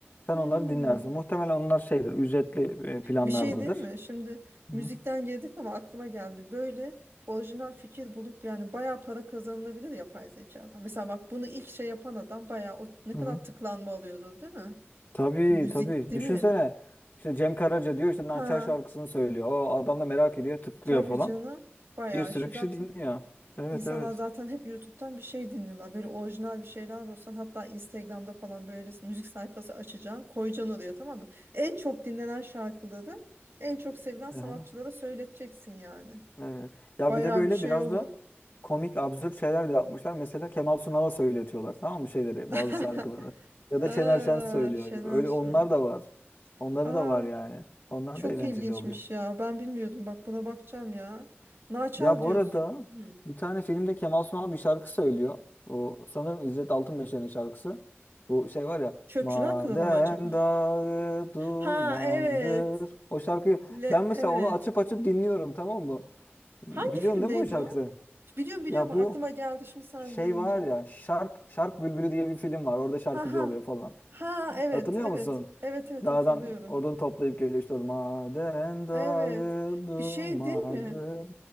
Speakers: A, on the left; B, on the right.
A: Sen
B: hmm.
A: onları dinlersin. Muhtemelen onlar şeydir, ücretli e, planlardadır.
B: Bir şey değil mi? Şimdi müzikten
A: Hı
B: girdik ama aklıma geldi. Böyle orijinal fikir bulup yani bayağı para kazanılabilir yapay zekadan. Mesela bak bunu ilk şey yapan adam bayağı o, ne
A: hı.
B: kadar
A: hı.
B: tıklanma alıyordu değil mi?
A: Tabii
B: Müzik
A: tabii.
B: değil
A: Düşünsene
B: mi?
A: işte Cem Karaca diyor işte Naçar
B: Ha,
A: şarkısını söylüyor. O adam da merak ediyor, tıklıyor
B: tabii
A: falan.
B: canım. Bayağı
A: Bir sürü
B: şey
A: kişi
B: zaten.
A: dinliyor. Evet
B: İnsanlar
A: evet.
B: zaten hep YouTube'dan bir şey dinliyorlar. Böyle orijinal bir şeyler bulsan hatta Instagram'da falan böyle müzik sayfası açacaksın. Koyacaksın oraya tamam mı? En çok dinlenen şarkıları en çok sevilen sanatçılara
A: Hı
B: söyleteceksin yani.
A: Evet. Ya
B: Bayağı
A: bir de böyle
B: bir şey
A: biraz
B: olur.
A: da komik, absürt şeyler de yapmışlar. Mesela Kemal Sunal'a söyletiyorlar tamam mı şeyleri, bazı
B: <laughs>
A: şarkıları. Ya da
B: Aa,
A: Şener Şen söylüyor
B: Şener
A: gibi. Öyle
B: Şen.
A: onlar da var. Onları
B: Aa,
A: da var yani. Onlar
B: çok
A: da eğlenceli
B: ilginçmiş
A: oluyor.
B: ya. Ben bilmiyordum. Bak buna bakacağım ya. Naçal
A: Ya bu
B: diyorsun.
A: arada
B: Hmm.
A: bir tane filmde Kemal Sunal bir şarkı söylüyor. Bu sanırım İzzet Altınmeşe'nin şarkısı. Bu şey var ya
B: Çöpçüler
A: Maden
B: kralı mı acaba?
A: dağı dumandır.
B: Ha evet.
A: O şarkıyı
B: Le-
A: ben mesela
B: evet.
A: onu açıp açıp dinliyorum tamam mı? Biliyorsun
B: Hangi filmdeydi
A: değil mi o şarkıyı?
B: o? Biliyorum biliyorum
A: Ya
B: aklıma
A: bu
B: geldi şimdi sen
A: Şey
B: deyince.
A: var ya Şark Şark Bülbülü diye bir film var. Orada şarkıcı
B: Ha ha.
A: oluyor falan.
B: Ha evet
A: Hatırlıyor
B: evet.
A: musun?
B: Evet evet
A: Dağdan
B: hatırlıyorum.
A: odun toplayıp geliyor işte odun. Maden dağı
B: Evet.
A: dumandır.
B: Bir şey değil mi?